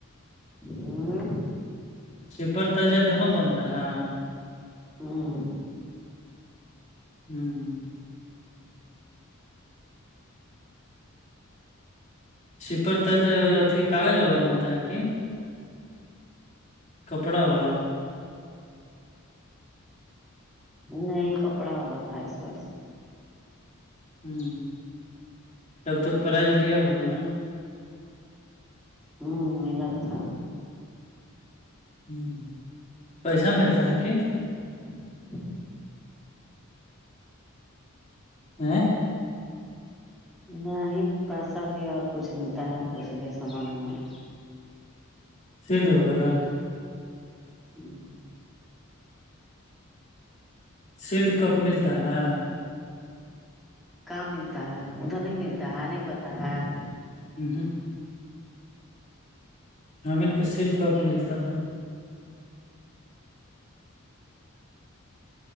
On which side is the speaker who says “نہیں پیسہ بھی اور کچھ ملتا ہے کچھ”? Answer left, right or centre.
Centre